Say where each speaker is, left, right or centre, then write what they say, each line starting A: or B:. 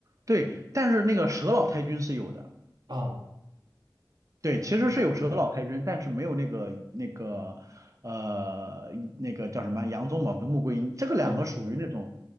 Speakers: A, on the right; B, on the right.
A: 对，但是那个佘老太君是有的，
B: 啊，
A: 对，其实是有佘老太君，
B: 我搞错了。
A: 但是没有那个那个呃那个叫什么杨宗保跟穆桂英，这个两个属于那种
B: 嗯